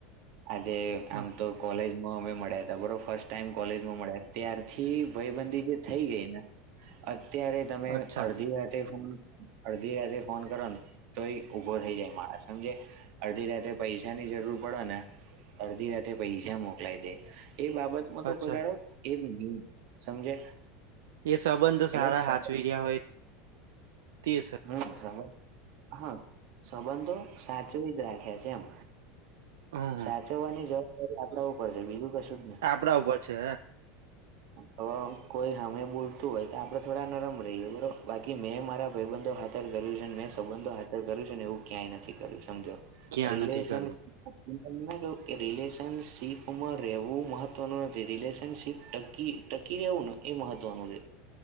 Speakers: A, on the right; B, on the right.
A: આજે
B: હ
A: આમ તો કોલેજ. માં અમે મળ્યા ત બરોબર ફર્સ્ટ ટાઈમ કોલેજમાં મળ્યા ત્યારથી ભાઈબંધી જે થઈ ગઈ ને. અત્યારે તમે
B: અચ્છા
A: અડધી રાતે ફોન. ી રાત્રે ફોન કરો ને તો એ ઉભો થઈ જાય મારે સમજે. અડધી રાતે પૈસા ની જરૂર પડે ને. અડધી રાતે પૈસા મોકલાય દે એ બાબત. તો
B: અચ્છા
A: કોઈ દાડો એજ નહી સમજે.
B: એ સંબંધો સારા
A: એટલે સબ-
B: હાચવી રહ્યા હોય તે છે.
A: હમ શ. હા સંબંધો સાચવી જ રાખે છે એમ.
B: હમ
A: સાચવવાની જવાબદારી આપડા ઉપર છે બીજું કશું જ નથી.
B: આપડા ઉપર છે
A: હવે કોઈ અમે બોલતું હોય તો આપડે થોડા નરમ રહીએ બરોબર બાકી મેં મારા ભાઈબંધો. હાજર કર્યું છે ને મેં સંબંધો હાજર કર્યું છે ને એવું ક્યાંય નથી કર્યું સમજો.
B: કે આ
A: રિલેેશનશપ.
B: નથી કરવું
A: હ તમને કું કે રિલેશનશીપમાં રહેવું મહત્વનું નથી રિલેશનશીપ ટકી. ટકી રહેવું ને એ મહત્વનું છે.